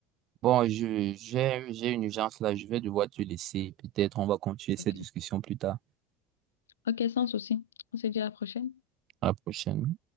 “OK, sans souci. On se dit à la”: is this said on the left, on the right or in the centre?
Left